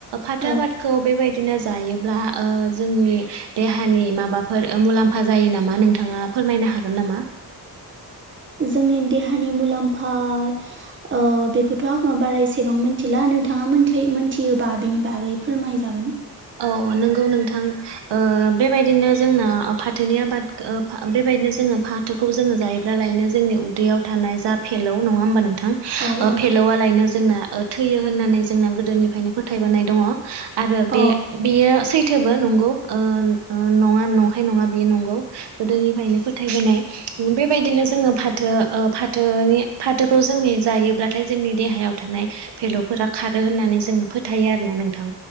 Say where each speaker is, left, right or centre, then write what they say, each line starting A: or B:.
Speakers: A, on the right; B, on the right.
A: फाथो
B: औ
A: आबादखौ बेबायदिनो जायोब्ला ओ जोंनि देहानि माबाफोर मुलाम्फा जायो नामा नोंथाङा फोरमायनो हागोन नामा? <inaudible>
B: जोंनि देहानि मुलाम्फा ओ बेखौथ' आङो बारा एसेबां मिथिला नोंथां मा मोनथाय मोनथियोबा बिनि बागै फोरमायजागोन।
A: औ नोंगौ नोंथां ओ बेबायदिनो जोंना ओ फाथोनि आबाद बेबायदिनो जोङो फाथोखौ जोङो जायोब्ला लायनो जोंनि उदैयाव थानाय जा फेलौ नङा होमबा नों थां
B: औ
A: ओ
B: औ
A: फेलौवालायनो जोंना थैयो होननानै जोंना गोदोनिफ्रायनो फोथायबोनाय दङ‌। आरो बे
B: अ
A: नो सैथोबो नंगौ ओ नं न नंखाय नङा बेयो नंगौ गोदोनिफ्रायनो फोथायोनाय। नाय बेबायदिनो जोङो फाथो ओ फाथोनि फाथोखौ जोंनि जायोब्लाथाय जोंनि दे हायाव थानाय फेल'फोरा खारो होननानै जोङो फोथायो आरोना नोंथां